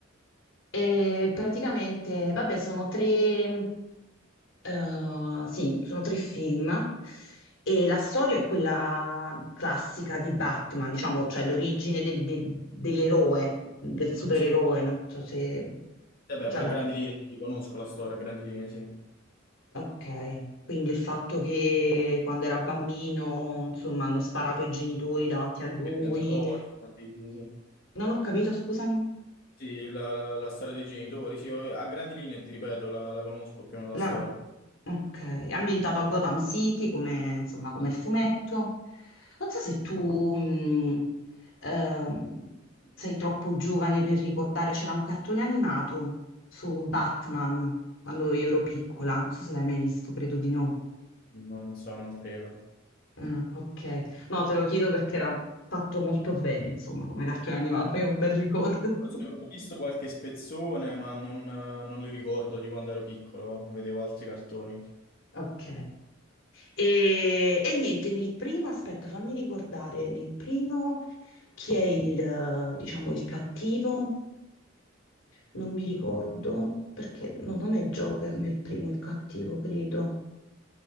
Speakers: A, on the left; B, on the left.
A: E praticamente, vabbè, sono tre, eh, sì, sono tre film e la storia è quella classica di Batman, diciamo, cioè l'origine del- de- dell'eroe, del supereroe,
B: Sì, e
A: non so se
B: beh,
A: ce
B: poi
A: l'ha.
B: a grandi linee ti conosco la storia, a grandi linee, sì.
A: Ok, quindi il fatto che quando era bambino, insomma, hanno sparato i genitori davanti a lui.
B: Il tentatore, sì, sì, sì.
A: Non ho capito, scusami.
B: Sì, la, la- la storia dei genitori, sì, io- a grandi linee, ti ripeto, la, la conosco più o meno
A: La-
B: la storia.
A: Ok, è ambientato a Gotham City, come, insomma, come
B: Sì.
A: il fumetto. Non so se tu mh, ehm, sei troppo giovane per ricordare, c'era un cartone animato su Batman quando io ero piccola, non so se l'hai mai visto, credo di no.
B: Non so, non credo.
A: Ah, ok. No, te lo chiedo perché era fatto molto bene, insomma, come cartone animato, io ho un bel ricordo.
B: Forse
A: <laughs>
B: ho visto qualche spezzone, ma non, non li ricordo di quando ero piccolo, vedevo altri cartoni.
A: Ok. E, e niente, nel primo, aspetta, fammi ricordare, nel primo chi è il, eh, diciamo, il cattivo? non mi ricordo, perché no, non è Joker nel primo il cattivo, credo.